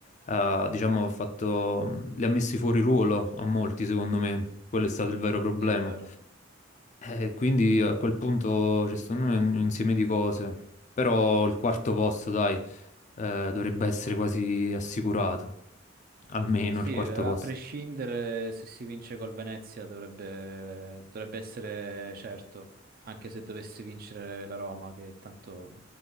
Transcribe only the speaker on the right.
è vero.
Sì,
a
prescindere se si vince col Venezia dovrebbe, dovrebbe essere certo, anche se dovesse vincere la Roma, che tanto